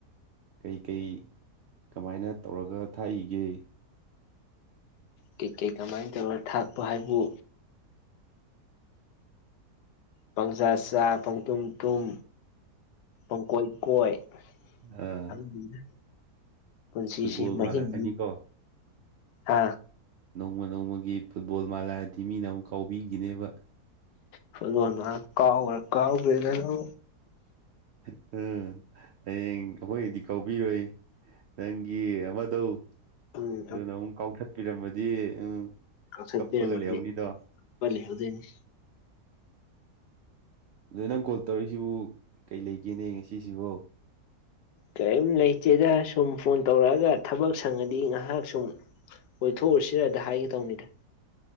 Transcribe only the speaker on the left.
ꯀꯩ ꯀꯩ ꯀꯃꯥꯏꯅ ꯇꯧꯔ ꯊꯥꯛꯄ ꯍꯥꯏꯕꯨ ꯄꯪꯆꯥꯁ ꯄꯪꯇꯨꯝ ꯇꯨꯝ ꯄꯪꯀꯣꯏ ꯀꯣꯏ <unintelligible>
ꯄꯨꯟꯁꯤꯁꯤ
ꯃꯅꯤꯡ
ꯍꯥ
ꯐꯨꯠꯕꯣꯜ ꯃꯥꯜꯂꯥ ꯀꯥꯔ ꯀꯥꯎꯔꯦꯗꯅ
ꯎꯝ
ꯑꯟꯏꯟꯇꯦꯜꯂꯤꯖꯦꯕꯜ
ꯄ ꯂꯩꯍꯧꯗꯣꯏꯅꯤ
ꯀꯩꯝ ꯂꯩꯇꯦꯗ ꯁꯨꯝ ꯐꯣꯟ ꯇꯧꯔꯛꯑꯒ ꯊꯕꯛ ꯁꯪꯉꯗꯤ ꯉꯥꯏꯍꯥꯛ ꯁꯨꯝ ꯀꯣꯏꯊꯣꯛꯎꯁꯤꯔꯗ ꯍꯥꯏꯒꯦ ꯇꯧꯅꯤꯗ